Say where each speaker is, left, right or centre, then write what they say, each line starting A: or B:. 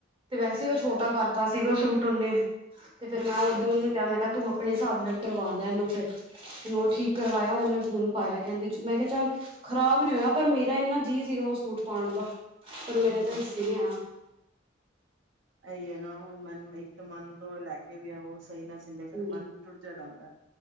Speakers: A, on the right (about 30°); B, on the right (about 75°).
A: ਤੇ ਵੈਸੇ ਓ
B: ਅੱਛਾ
A: ਛੋਟਾ
B: ਅੱਛਾ
A: ਕਰਤਾ ਸੀਗਾ ਸੂਟ ਓਨੇ ਤੇ ਫੇਰ ਮੈਂ
B: ਅੱਛਾ
A: ਓਦੇ
B: ਅੱਛਾ
A: ਓਨੂੰ ਕੇਆ ਮੈਂ ਕੇਆ ਤੂੰ ਆਪਣੇ ਹਿਸਾਬ ਨਾਲ ਕਰਵਾ ਲੈ ਏਨੂੰ ਫੇਰ ਹੂਨ ਓ ਠੀਕ ਕਰਵਾਏਆ ਓਨੇ ਹੁਨ ਪਾਏਆ ਕੈਂਦੀ ਮੈਂ ਕੇਆ ਚੱਲ ਖ਼ਰਾਬ ਨੀ ਹੋਏਆ ਪਰ ਮੇਰਾ ਏਨਾ ਜੀ ਸੀਗਾ ਓ ਸੂਟ ਪਾਣ ਦਾ, ਪਰ
B: ਹਮ
A: ਮੇਰੇ ਤਾਂ ਹਿੱਸੇ ਨੀ‌ ਆਏਆ।
B: ਐਈ ਏਨਾ ਹੁਨ ਮਨ ਇੱਕ ਤਾਂ ਮਨ ਤੋ ਲੈਕੇ ਵੀ ਆਓ ਸਈ ਨਾ ਸ ਫਿਰ
A: ਹੂੰ
B: ਮਨ ਟੁੜ ਜਾ ਜਾਂਦਾ,